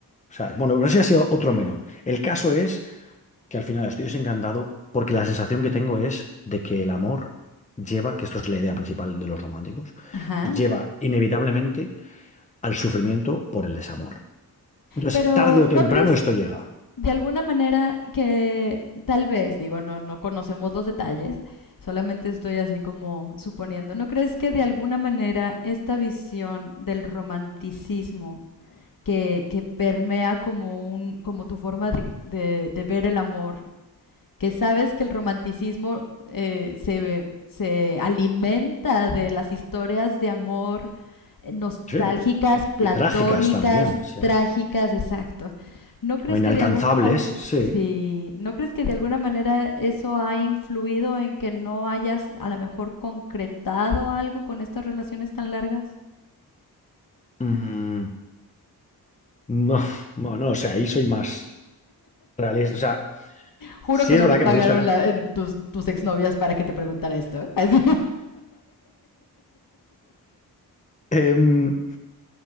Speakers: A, on the left; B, on the left.
A: ¿Sabes? Bueno, pero ese ha sido otro melón. El caso es que al final estoy desencantado porque la sensación que tengo es de que el amor lleva, que esto es la idea principal de los románticos,
B: Ajá.
A: lleva inevitablemente al sufrimiento por el desamor. Entonces,
B: Pero
A: tarde o
B: ¿no
A: temprano
B: crees
A: esto llega.
B: de alguna manera que tal vez, digo, no, no conocemos los detalles, solamente estoy así como suponiendo, ¿no crees que de alguna manera esta visión del romanticismo que, que permea como, un, como tu forma de, de, de ver el amor que sabes que el romanticismo eh, se, se alimenta de las historias de amor eh, nostálgicas,
A: Sí,
B: platónicas,
A: y trágicas también, sí.
B: trágicas, exacto. ¿No crees
A: O inalcanzables,
B: que de alguna manera,
A: sí.
B: sí, no crees que de alguna manera eso ha influido en que no hayas a lo mejor concretado algo con estas relaciones tan largas?
A: Mm. No, <laughs> no, no, o sea, ahí soy más realista. O sea,
B: Juro
A: sí
B: que
A: es
B: no
A: verdad
B: me pagaron
A: que me gustan.
B: la- en tus, tus exnovias para que te preguntara esto, ¿eh? <laughs> Así.
A: Em,